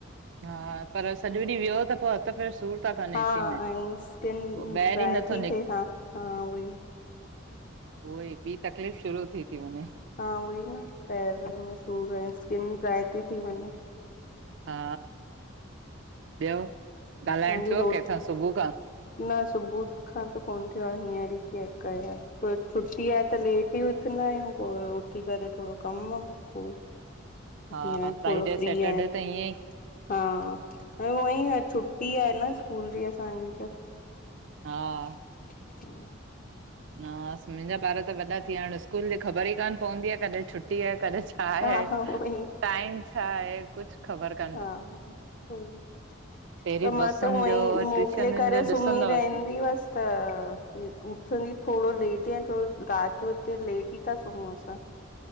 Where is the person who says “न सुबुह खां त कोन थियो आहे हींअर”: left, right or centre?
Left